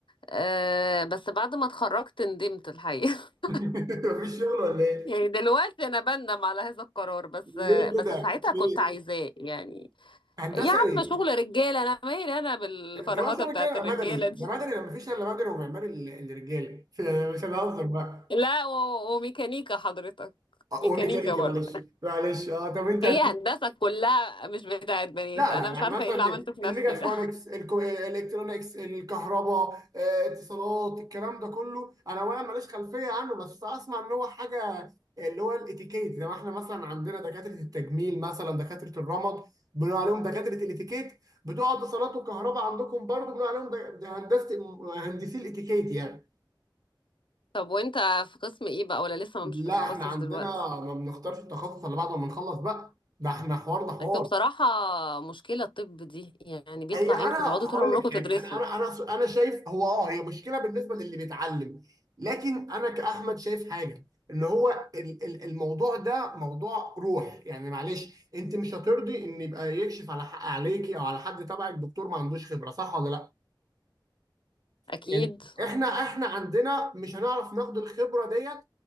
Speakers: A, on the left; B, on the right.
A: أه بس بعد ما اتخرجت ندمت الحقيقه <laughs>
B: <laughs> مفيش شغل ولا ايه؟
A: يعني دلوقتي انا بندم على هذا القرار بس
B: ليه
A: بس
B: كده؟
A: ساعتها
B: ليه؟
A: كنت عايزاه يعني
B: هندسه
A: يا عم
B: ايه؟
A: شغل رجاله انا مالي انا بالفرهده
B: طالما شغلك
A: بتاعت
B: كده يبقى
A: الرجاله
B: مدني، ده
A: دي
B: مدني لما مفيش الا مدني ومعماري ال- الرجاله <laughs> مش هنهزر بقى
A: لا و- وميكانيكا حضرتك
B: آه،
A: ميكانيكا
B: وميكانيكا
A: برضه
B: معلش معلش اه طب انت
A: هي
B: هت-
A: هندسة كلها مش بتاعت بنات
B: لا
A: انا
B: لا
A: مش
B: يعني
A: عارفة
B: مثلا
A: ايه اللي عملته في
B: الميجاترونكس
A: نفسي ده
B: الكو... الالكترونكس الكهرباء آه، اتصالات الكلام ده كله انا اولا ماليش خلفيه عنه بس اسمع ان هو حاجه اللي هو الاتيكيت زي ما احنا مثلا عندنا دكاتره التجميل مثلا دكاتره الرمد بنقول عليهم دكاتره الاتيكيت بتوع اتصالات وكهرباء عندكم برضو بنقول عليهم د- د- هندسه هندسي الاتيكيت يعني
A: <laughs> طب وانت في قسم ايه بقى ولا لسه
B: لا
A: مش بتتخصص
B: احنا عندنا
A: دلوقتي
B: ما بنختارش التخصص الا بعد ما بنخلص بقى ده احنا حوار ده حوار
A: انتوا بصراحة مشكلة الطب دي يعني بيطلع
B: هي انا
A: عينكم تقعدوا طول
B: هقول
A: عمركم
B: لك
A: تدرسوا
B: حاجه انا انا انا انا شايف هو اه هي مشكله بالنسبه للي بيتعلم لكن انا كاحمد شايف حاجه ان هو ال- ال- الموضوع ده موضوع روح يعني معلش انت مش هترضي ان يبقى يكشف على حق عليكي او على حد تبعك دكتور ما عندوش خبره صح ولا لا
A: اكيد
B: يعني احنا احنا عندنا مش هنعرف ناخد الخبره ديت